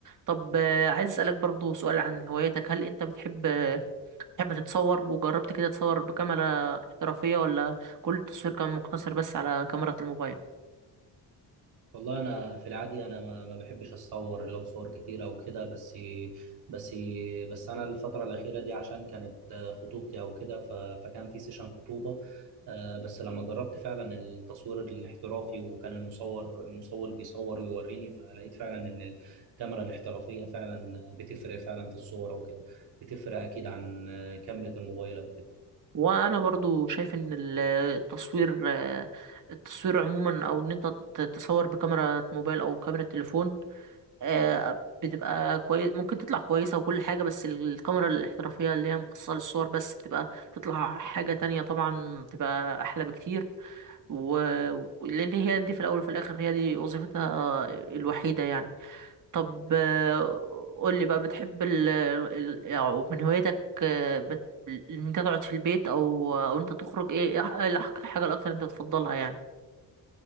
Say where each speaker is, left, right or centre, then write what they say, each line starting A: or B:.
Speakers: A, on the right; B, on the right.
A: طب آه، عايز اسالك برضو سؤال عن هوايتك هل انت بتحب تحب تتصور وجربت كده تصور بكاميرا احترافية ولا كل التصوير كان مقتصر بس على كاميرا الموبايل
B: والله انا في العادي انا ما, ما بحبش اتصور اللي هو صور كتيره وكده بس بس بس انا الفتره الاخيره دي عشان كانت آه، خطوبتي او كده ف- فكان في سيشن خطوبه آه، بس لما جربت فعلا التصوير الاحترافي وكان المصور المصور بيصور ويوريني فلقيت فعلا ان الكاميرا الاحترافيه فعلا بتفرق فعلا في الصوره وكده بتفرق اكيد عن آه، كاميرا الموبايل او كده
A: وانا برضو شايف ان ال- التصوير آه، التصوير عموما او ان انت ت- تصور بكاميرا موبايل او كاميرا تليفون آه، بتبقى كويس ممكن تطلع كويسة وكل حاجة بس الكاميرا الاحترافية اللي هي مخصصة للصور بس بتبقى بتطلع حاجة تانية طبعا بتبقى احلى بكتير و... لان هي دي في الاول وفي الاخر هي دي وظيفتها الوحيدة يعني طب آه، قول لي بقى بتحب ال ال- يعني من هوايتك آه، بت- ان انت تقعد في البيت او او انت تخرج ايه إيه الح- الحاجه الاكتر انت بتفضلها يعني